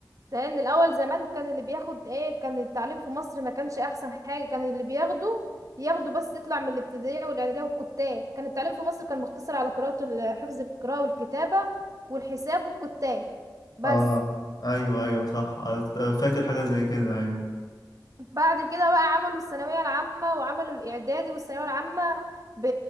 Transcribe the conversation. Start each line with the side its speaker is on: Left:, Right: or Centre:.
Right: لان الاول زمان كان اللي بياخد ايه كان التعليم في مصر ما كانش احسن حاجه كان اللي بياخده ياخده بس يطلع من الابتدائيه والاعداديه والكتاب كان التعليم في مصر كان مقتصر على قراءه ال- حفظ القراءه والكتابه والحساب والكتاب بس
Left: اه ايوه ايوه صح أت- فاكر حاجه زي كده ايوه
Right: بعد كده بقى عملوا الثانويه العامه وعملوا الاعدادي والثانويه العامه ب...